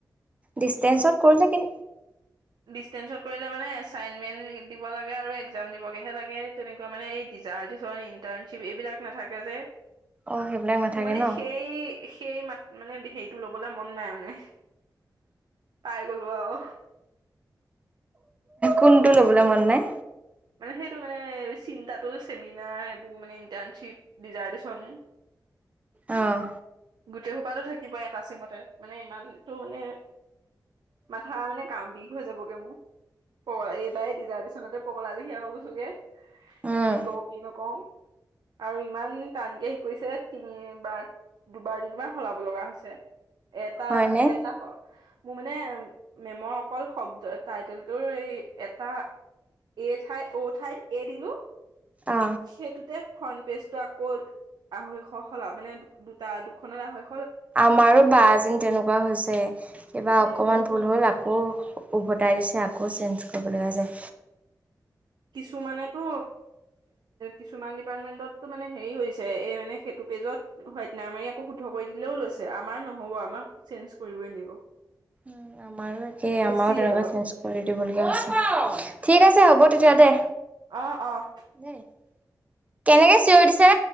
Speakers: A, on the right; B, on the right.
A: ডিষ্টেঞ্চত কৰিলে কে
B: ডিচেঞ্চত কৰিলে মানে এচাইনমেণ্ট দিব লাগে আৰু একজাম দিবগেহে লাগে তেনেকুৱা মানে এই দিজাম ইন্তাৰশিপ এইবিলাক নাথাকে যে
A: অঁ সেইবিলাক নাথাকে
B: মোৰ মানে
A: ন
B: সেই সেই মাত মানে টো লবলৈ মন নাই মানে পাই গলো আৰু
A: কোনটো লবলৈ মন নাই
B: মানে সেইটো মানে চিন্তাটো চেমিনাৰ এইবোৰ মানে ইণ্টাৰ্ণশ্বিপৰিজাৰ্শ্যন <inaudible>
A: আহ
B: গোটেই সোপাতো থাকিবই এটা চিমতে মানে ইমানতটো মানে মাথা মানে ক বিষ হৈ যাবগে মোৰ এইবাৰ <unintelligible> দিচনতে <unintelligible> গুছোগে
A: উম
B: কি কও কি নকও আৰু ইমান টানকে শিকাইছে তিনিবাৰ দুবাৰ তিনিবাৰ সলাব লগা হৈছে এটা
A: হয়নে
B: এটা মোৰ মানে মেমৰ অকল শব্দ টাইটেলটোৰ এই এটা এ ঠাই অ ঠাইত এ দিলো
A: অ
B: সেইটোতে ফ্ৰন্ট পেজ আকৌ আঢ়ৈশ সল মানে দু দুটা দুখনত <inaudible>
A: আমাৰো বা যেন তেনেকুৱা হৈছে কিবা অকমান
B: এই বহুত
A: ভুল
B: ভাল
A: হল আকৌ উভতাই দিছে আকৌ আকৌ চেঞ্জ কৰিবলগীয়া যায়
B: কিছুমানেতো কিছুমান ডিপাৰ্টমেণ্টতটো মানেৰি কৰিছে এই মানে সেইটো পেজত হোৱাইট নাৰ মাৰি আকৌ শুদ্ধ কৰি দিলেও লৈছে আমাৰ নহ'ব আমাক চেঞ্জ কৰিবই লাগিব
A: উম আমাৰো একেই
B: বেছিয়ে
A: আমাৰো তেনেকুৱা
B: অলপ
A: চেঞ্জ কৰি দিবলগীয়া হৈছে ঠিক আছে হ'ব তেতিয়া দে
B: অঁ অ
A: দেই কেনেকে চিইঞ দিছে